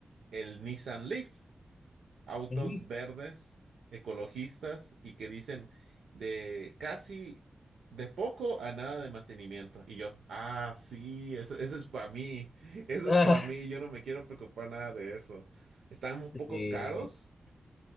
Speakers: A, on the right; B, on the left.
A: el Nissan Leaf autos
B: Sí.
A: verdes, ecologistas y que dicen de casi de poco a nada de mantenimiento. Y yo, ah, sí, eso, eso es para mí, <laughs> eso
B: Ah,
A: es para mí, yo no me quiero preocupar nada de eso. Están un poco
B: sí.
A: caros,